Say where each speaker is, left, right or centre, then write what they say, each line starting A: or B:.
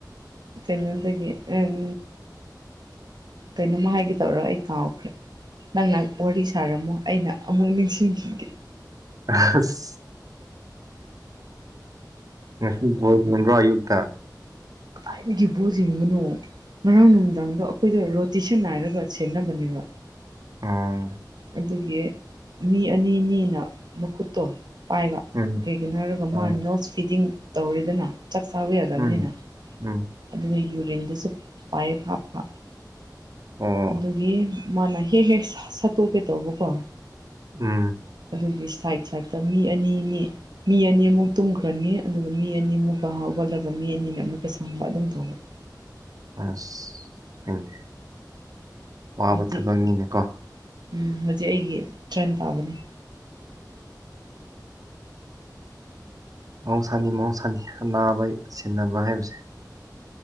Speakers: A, on the right; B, on the right.
A: ꯀꯩꯅꯣꯗꯒꯤ ꯑꯝ ꯀꯩꯅꯣꯝꯃ ꯍꯥꯏꯒꯦꯇꯧꯔ ꯑꯩ ꯀꯥꯎꯈ꯭ꯔꯦ꯫ ꯅꯪꯅ ꯋꯥꯔꯤ ꯁꯥꯔꯝꯃꯣ ꯑꯩꯅ ꯑꯃꯨꯛ ꯅꯤꯡꯁꯤꯡꯈꯤꯒꯦ꯫
B: ꯑꯁ ꯉꯁꯤ ꯕꯣꯜ ꯌꯦꯡꯕ꯭ꯔꯣ ꯑꯌꯨꯛꯇ꯫
A: ꯀꯗꯥꯏꯗꯒꯤ ꯕꯣꯜ ꯌꯦꯡꯕꯅꯣ꯫ ꯉꯔꯥꯡ ꯅꯨꯃꯤꯗꯥꯡꯗꯣ ꯑꯩꯈꯣꯏꯗꯣ ꯔꯣꯇꯦꯁꯟ ꯅꯥꯏꯔꯒ ꯁꯦꯟꯅꯕꯅꯦꯕ꯫
B: ꯑꯣ꯫
A: ꯑꯗꯨꯒꯤ ꯃꯤ ꯑꯅꯤ ꯑꯅꯤꯅ ꯃꯈꯨꯠꯇꯣ ꯄꯥꯏꯕ
B: ꯎꯝ
A: ꯀꯩꯒꯤꯅꯣ ꯍꯥꯏꯔꯒ
B: ꯑꯣ
A: ꯃꯥ ꯅꯣꯁ ꯐꯤꯗꯤꯡ ꯇꯧꯔꯦꯗꯅ ꯆꯥꯛ ꯆꯥꯕ ꯌꯥꯗꯕꯅꯦꯅ
B: ꯎꯝ ꯎꯝ꯫
A: ꯑꯗꯨꯒ ꯌꯨꯔꯤꯟꯗꯨꯁꯨ ꯄꯥꯏꯞ ꯍꯥꯞꯄ꯫
B: ꯑꯣ
A: ꯑꯗꯨꯒꯤ ꯃꯥꯅ ꯍꯦꯛ ꯍꯦꯛ ꯁ-ꯁꯠꯇꯣꯛꯀꯦ ꯇꯧꯕꯀꯣ꯫
B: ꯎꯝ꯫
A: ꯑꯗꯨꯒꯤ ꯁꯥꯏꯠ ꯁꯥꯏꯠꯇ ꯃꯤ ꯑꯅꯤ ꯑꯅꯤ ꯃꯤ ꯑꯅꯤꯃꯨꯛ ꯇꯨꯝꯈ꯭ꯔꯅꯤ ꯑꯗꯨꯒ ꯃꯤ ꯑꯅꯤꯃꯨꯛꯀ ꯍꯧꯒꯠꯂꯒ ꯃꯤ ꯑꯅꯤꯅ ꯑꯃꯨꯛꯀ ꯁꯪꯕ ꯑꯗꯨꯝ ꯇꯧꯕ꯫
B: ꯑꯁ ꯍꯣꯏꯅꯦ ꯋꯥꯕ
A: ꯍꯧꯖꯤꯛ
B: ꯊꯕꯛꯅꯤꯅꯦꯀꯣ꯫
A: ꯎꯝ ꯍꯧꯖꯤꯛ ꯑꯩꯒꯤ ꯇ꯭ꯔꯟ ꯇꯥꯕꯅꯦ꯫
B: ꯃꯍꯧꯁꯥꯅꯤ ꯃꯍꯧꯁꯥꯅꯤ ꯑꯅꯥꯕ ꯁꯦꯟꯅꯕ ꯍꯥꯏꯕꯁꯦ꯫